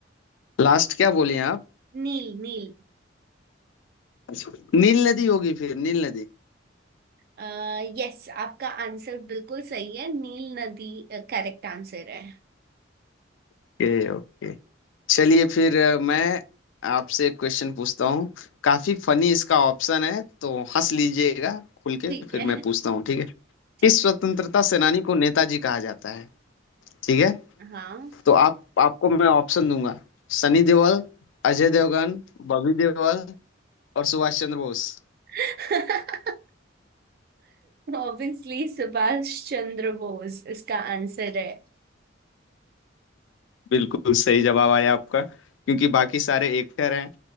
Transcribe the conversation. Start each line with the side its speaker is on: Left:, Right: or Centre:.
Left: लास्ट क्या बोलिए आप
Right: नील नील
Left: अच्छा, नील नदी होगी फिर नील नदी
Right: अः यस आपका आंसर बिल्कुल सही है नील नदी करेक्ट आंसर है
Left: Okay okay चलिए फिर अ, मैं आपसे एक क्वेश्चन पूछता हूँ काफी फनी इसका ऑप्शन है तो हंस लीजिएगा खुल के
Right: ठीक
Left: फिर
Right: है
Left: मैं पूछता हूँ ठीक है
Right: ठीक
Left: किस स्वतंत्रता
Right: है
Left: सेनानी को नेताजी कहा जाता है ठीक है
Right: हाँ
Left: तो आप आपको मैं ऑप्शन दूंगा सनी देओल अजय देवगन बॉबी देओल और सुभाष चंद्र बोस
Right: <laughs> ऑब्वियसली सुभाष चंद्र बोस इसका आंसर है
Left: बिल्कुल सही जवाब आया आपका क्योंकि बाकी सारे एक्टर हैं